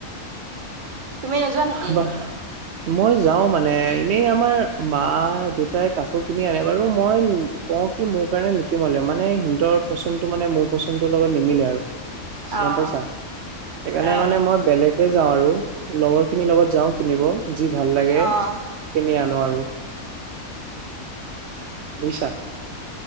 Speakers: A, on the right (about 35°); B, on the right (about 65°).
A: তুমি নোযোৱা নেকি?
B: বা মই যাওঁ‌ মানে এনেই আমাৰ মা দেতাই কাপোৰ কিনি আনে বাৰু মই অ' কি মোৰ কাৰণে নিকিমলে মানে সিহঁৰ পচন্দটো মানে মোৰ পচন্দটোৰ লগত নিমিলে আৰু
A: অ',
B: গম পাইছা সেইকাৰণে
A: অ',
B: মানে মই বেলেগ। এ যাওঁ আৰু লগৰ খিনিৰ লগত যাওঁ কিনিব যি ভাল লাগে।
A: অ',
B: কিনি আনো আৰু বুইছা